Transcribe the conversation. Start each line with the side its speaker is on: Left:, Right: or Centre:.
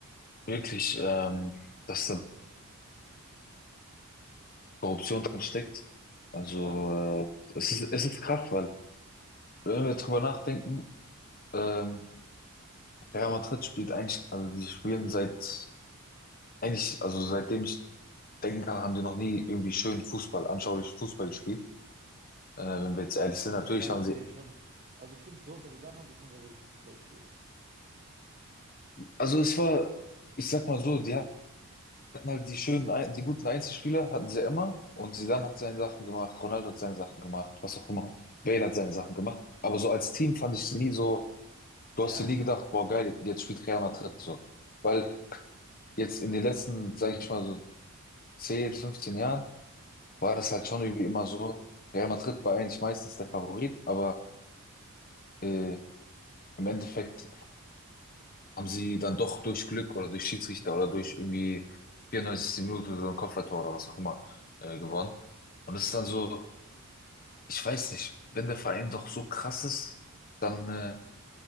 Left: wirklich, ähm, dass da Korruption drin steckt. Also,
Right: Ja?
Left: äh, es ist, es ist krass, weil, wenn wir drüber nachdenken, ähm, Real Madrid spielt eigentlich, also die spielen seit, eigentlich, also seitdem ich denken kann, haben die noch nie irgendwie schön Fußball, anschaulich Fußball gespielt. Äh, wenn wir jetzt ehrlich sind,
Right: Doch
Left: natürlich
Right: mit Zidane
Left: haben
Right: haben
Left: sie,
Right: die schon, also ich finde, so unter Zidane haben die schon sehr, sehr guten Fußball gespielt.
Left: also es war, ich sag mal so, die hatten halt die schönen, Ein- die guten Einzelspieler hatten sie ja immer. Und Zidane hat seine Sachen gemacht, Ronaldo hat seine Sachen gemacht, was auch immer. Bale hat seine Sachen gemacht. Aber so als Team fand ich sie nie so,
Right: Ja?
Left: du hast dir nie gedacht, boah, geil, jetzt spielt Real Madrid so. Weil jetzt in den letzten, sage ich mal so 10, 15 Jahren, war das halt schon irgendwie immer so, Real Madrid war eigentlich meistens der Favorit, aber äh, im Endeffekt haben sie dann doch durch Glück oder durch Schiedsrichter oder durch irgendwie 94. Minute so ein Kopfballtor oder was auch immer äh, gewonnen. Und es
Right: Ja,
Left: ist dann so, ich weiß nicht, wenn der Verein doch so krass ist, dann äh,